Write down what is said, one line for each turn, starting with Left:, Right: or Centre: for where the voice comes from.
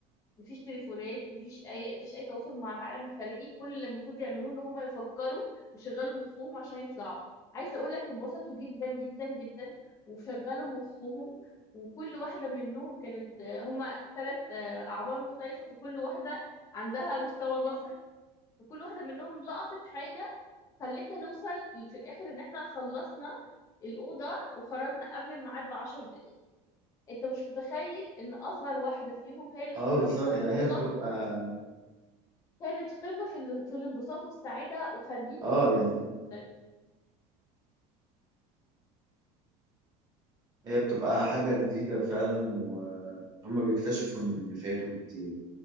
Left: مفيش تليفونات مفيش اي مفيش اي تواصل مع العالم الخارجي كل اللي المفروض يعملوه ان هم يفكروا ويشغلوا مخهم عشان يطلعوا عايزه اقول لك انبسطوا جدا جدا جدا وشغلوا مخهم وكل واحده منهم كانت هم ثلاث اعمار مختلفه فكل واحده عندها مستوى نظر فكل واحده منهم لقطت حاجه خلتنا نوصل في الاخر ان احنا خلصنا الأوضة وخرجنا قبل الميعاد بعشر دقايق انت مش متخيل ان اصغر واحدة فيهم هي اللي خرجتنا
Right: اه بالظبط
Left: من
Right: يعني
Left: الأوضة
Right: هي بتبقى
Left: كانت قمة في ال- في الانبساط والسعادة وخارجين
Right: اه
Left: مبسوطين
Right: يعني
Left: جدا
Right: هي بتبقى حاجة جديدة فعلا وهم بيكتشفوا ان فايتهم كتير